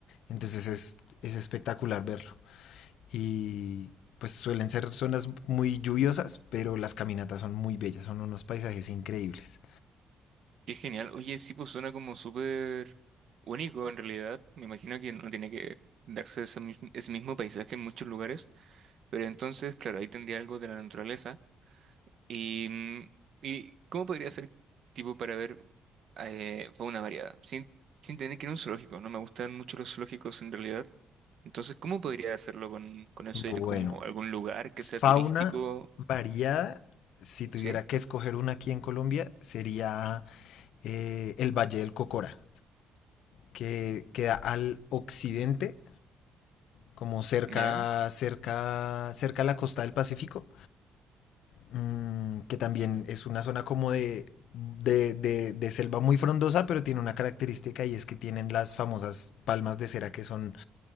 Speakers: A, on the left; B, on the right.
A: Entonces es, es espectacular verlo. y pues suelen ser zonas muy lluviosas, pero las caminatas son muy bellas, son unos paisajes increíbles.
B: qué genial. Oye, sí, pues suena como súper único en realidad. Me imagino que no tiene que darse ese, mis- ese mismo paisaje en muchos lugares, pero entonces, claro, ahí tendría algo de la naturaleza. ¿Y, mm, y cómo podría ser tipo para ver eh, fauna variada? Sin, sin tener que ir a un zoológico, no me gustan mucho los zoológicos en realidad. Entonces, ¿cómo podría hacerlo con, con eso?
A: Bueno,
B: Ir como a algún lugar que sea
A: fauna
B: turístico,
A: variada, si tuviera
B: ¿sí?
A: que escoger una aquí en Colombia, sería eh, el Valle del Cocora, que queda al occidente, como cerca,
B: ¿Ya?
A: cerca, cerca a la costa del Pacífico, mm, que también es una zona como de, de, de- de selva muy frondosa, pero tiene una característica y es que tienen las famosas palmas de cera que son